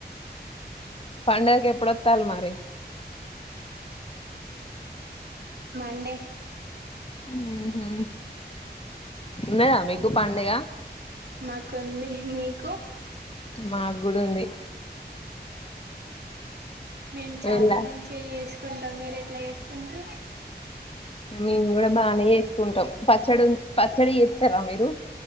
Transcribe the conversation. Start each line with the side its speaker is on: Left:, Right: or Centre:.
Left: పండుగకి ఎప్పుడొత్తాలి మరి
Right: మండే
Left: ఉహు లేదు మీకు పండుగ
Right: మాకు ఉంది మీకు
Left: మాకు గుడా ఉంది
Right: మేము చాలా
Left: వెళ్ళా
Right: మంచిగా చేసు కుంటాం మీరు ఎట్లా చేసుకుంట్రు
Left: మేము కూడా బాగానే చేసుకుంటాం పచ్చడి పచ్చడి చేత్తారా మీరు